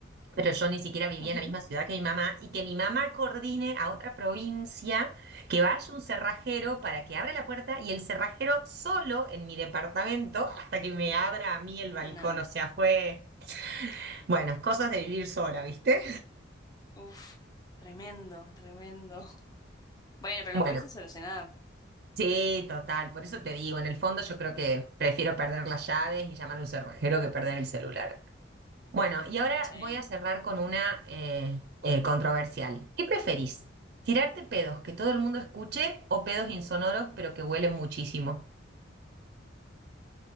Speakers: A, on the right; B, on the left.
A: pero yo ni siquiera vivía
B: Ujú.
A: en la misma ciudad que mi mamá, y que mi mamá coordine a otra provincia, que vaya un cerrajero para que abra la puerta y el cerrajero solo en mi departamento hasta que me abra a mí el balcón.
B: No,
A: O sea, fue, bueno, cosas de vivir sola, ¿viste?
B: uf, tremendo, tremendo. <laughs> Bueno, pero
A: Bueno.
B: lo pudiste solucionar,
A: Sí, total, por eso te digo, en el fondo yo creo que prefiero perder las llaves y llamar a un cerrajero que perder el celular. Bueno, y ahora
B: sí,
A: voy a cerrar con una eh, eh, controversial. ¿Qué preferís? ¿Tirarte pedos que todo el mundo escuche o pedos insonoros pero que huelen muchísimo?